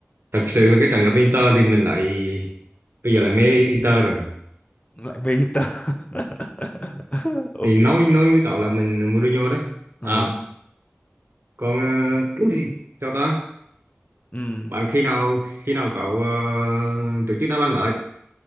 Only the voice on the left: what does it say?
Ừ.
Lại mê Inter. <laughs> Ok.
Ừ.
Ừ.